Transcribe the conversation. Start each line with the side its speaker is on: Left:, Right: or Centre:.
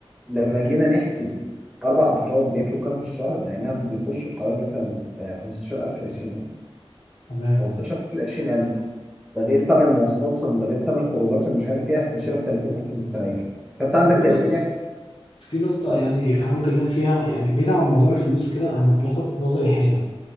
Centre: لما جينا نحسب اربع افراد بياكلوا كام في الشهر لانهم بيخشوا بحوالي مثلا آه، 15000 ل 20000
Left: تمام
Centre: 15000 ل 20000 ده غير طبعا مواصلاتهم ده غير طبعا خروجاتهم مش عارف ايه هيخش لك 30000 مستريح فانت عندك
Left: وأنا
Centre: 30000
Left: بس في نقطة
Centre: اه
Left: يعني هحاول أكلمك فيها يعني بعيد عن موضوع الفلوس وكده أنا لفت نظري حاجة